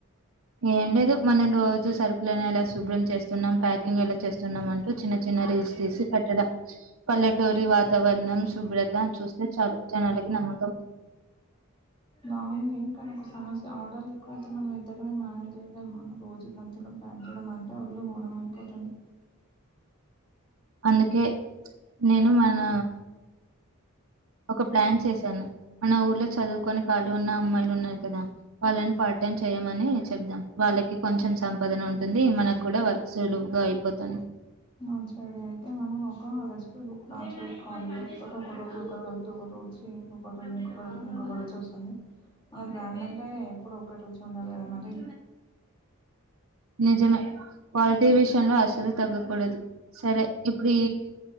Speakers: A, on the right (about 75°); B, on the left (about 25°).
A: ఏం లేదు మనం రోజు సరుకులనేలా శుభ్రం చేస్తున్నాం ప్యాకింగేలా చేస్తున్నాం అని. చిన్న చిన్న రీల్స్ తీసి పెట్టడం పల్లెటూరి వాతావరణం. శుభ్రత చూస్తే చాలూ జనాలకి నమ్మ.
B: బాగుంది కని ఒక సస్ ఆర్డర్లు ఎక్కువైతే మనం ఇద్దరమే మేనేజ్ చేయగలమా రోజు దంచడం ప్యాక్ చేయడం అంటే ఒళ్ళు హోణం అయిపోది తది
A: అందుకే నేను మనా ఒక ప్లాన్ చేశాను మన ఊర్లో చదువుకొని కాళ్ళి ఉన్న అమ్మాయిలున్నారు కదా వాళ్ళని పాటి పాటైం చేయమని చెబ్దాం వాళ్ళ కి కొంచెం సంపాదనుంటుంది మనకు కూడా వర్క్ సులువ్గా అయిపోతుంది
B: మంచిడైతే మనం ఒక <unintelligible> ఇ బుక్ నా చూసుకాలి ఇ ఒక రోజు ఒక వెల్త్ ఒక రోజు ఇంకోక రోజు ఇంక ఇంకొక రోచ్చుస్త మన బ్రాండంటే ఎప్పుడు ఒకే రుచుండాలి కదా మరి
A: నిజమే క్వాల్టీ విషయంలో అసలు తగ్గాకూ కూడదు సరే ఇప్పుడీ